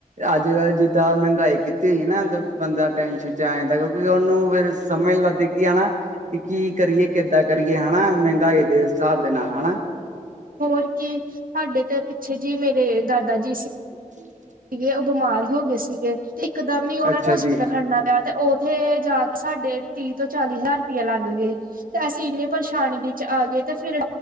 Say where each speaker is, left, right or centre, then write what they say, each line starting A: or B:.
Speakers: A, on the right (about 60°); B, on the right (about 80°).
A: ਅੱਜ- ਕੱਲ ਜਿੱਦਾਂ ਮਹਿੰਗਾਈ ਕੀਤੀ ਹੋਈ ਨਾ ਤੇ ਬੰਦਾ ਟੈਨਸ਼ਨ ਚ ਆ ਜਾਂਦਾ, ਕਿਉਂਕਿ ਉਨੂੰ ਫਿਰ, ਸਮਝ ਨੀ ਲਗਦੀ ਕੀ ਆਣਾ। ਕਿ ਕੀ ਕਰੀਏ, ਕਿੱਦਾਂ ਕਰੀਏ? ਹਨਾ ਮਹਿੰਗਾਈ ਦੇ ਹਿਸਾਬ ਦੇ ਨਾਲ ਹਨਾ।
B: ਹੋਰ ਕੀ, ਸਾਡੇ ਤੇ ਪਿੱਛੇ ਜੀ ਮੇਰੇ ਦਾਦਾ ਜੀ ਸੀ
A: ਹਮ। <unintelligible>
B: ਸੀਗੇ, ਉਹ ਬਿਮਾਰ ਹੋ ਗਏ ਸੀਗੇ, ਤੇ ਇਕਦਮ ਹੀ ਉਹਨਾਂ
A: ਅੱਛਾ
B: ਨੂੰ ਹੋਸਪਿਟਲ
A: ਜੀ
B: ਖੜਨਾ ਪਿਆ। ਤੇ ਉੱਥੇ ਜਾ ਕੇ ਸਾਡੇ ਤੀਹ ਤੋਂ ਚਾਲੀ ਹਜ਼ਾਰ ਰੁਪਇਆ ਲੱਗ ਗਏ, ਤੇ ਅਸੀਂ ਇਨੇ ਪਰੇਸ਼ਾਨਗੀ ਵਿੱਚ ਆ ਗਏ, ਤੇ ਫਿਰ